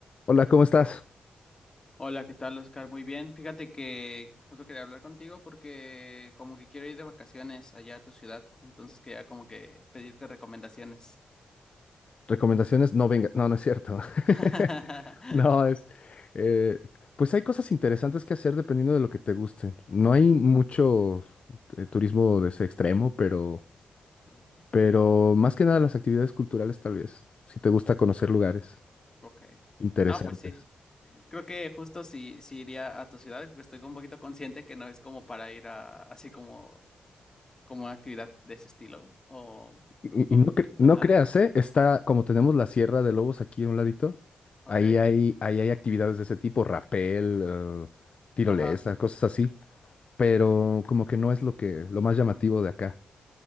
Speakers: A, on the left (about 45°); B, on the left (about 25°).
A: Hola, ¿cómo estás?
B: Hola, ¿qué tal, Oscar? Muy bien. Fíjate que justo quería hablar contigo porque como que quiero ir de vacaciones allá a tu ciudad, entonces quería como que pedirte recomendaciones.
A: Recomendaciones, no venga, no, no es cierto.
B: <laughs>
A: <laughs> No, es, eh, pues hay cosas interesantes que hacer dependiendo de lo que te guste. No hay mucho eh, turismo de ese extremo, pero,
B: Ujú.
A: pero más que nada las actividades culturales tal vez, si te gusta conocer lugares
B: Ok.
A: interesantes.
B: No, pues sí. Creo que justo si, si iría a tu ciudad, porque estoy un poquito consciente que no es como para ir a así como, como una actividad de ese estilo. O,
A: Y,
B: o
A: y no, cre- no
B: ajá.
A: creas, ¿eh? Está, como tenemos la Sierra de Lobos aquí a un ladito,
B: Ok.
A: ahí hay, ahí hay actividades de ese tipo, rapel,
B: Ajá.
A: eh, tirolesa,
B: Ajá.
A: cosas así, pero como que no es lo que, lo más
B: Ajá.
A: llamativo de acá.